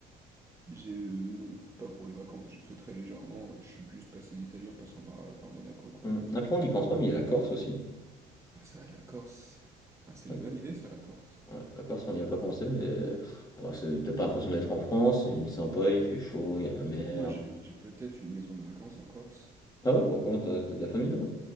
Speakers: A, on the right; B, on the left.
A: J'ai... euh, non, pas pour les vacances, j'ai fait très légèrement, euh, je suis plus passé d'Italie en passant par, là par Monaco, quoi,
B: Hum.
A: mais...
B: Après, on n'y pense pas, mais il y a la Corse aussi.
A: Ah, c'est vrai, la Corse. Ah, c'est
B: D'accord.
A: une bonne idée, ça, la Corse.
B: Ouais, la Corse, on n'y a pas pensé, mais bah, c'est- t'as pas l'impression d'être en France. C'est une île sympa, il fait chaud, il y a la mer.
A: Surtout que moi, j'ai j'ai peut-être une maison de vacances en Corse.
B: Ah ouais, pourquoi? T'as t'as de la famille là-bas?